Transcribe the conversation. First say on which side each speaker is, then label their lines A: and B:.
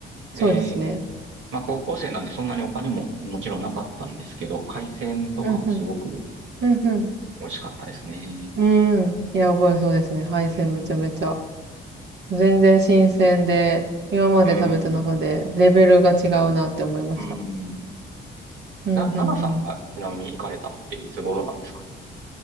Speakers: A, on the right; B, on the right.
A: で、
B: そうですね。
A: まあ高校生なんでそんなにお金ももちろんなかったんですけど、海鮮とかもすごく
B: うんうん。うんうん。
A: 美味しかったですね。
B: うん。いや、覚えそうですね。配線めちゃめちゃ。
A: うん、
B: 全然新鮮で、今まで食べた中でレベルが違うなって思いました。
A: うん、うん。
B: うん、
A: な、奈々さんがちなみに行かれたのっていつ頃なんですか
B: うん、うん。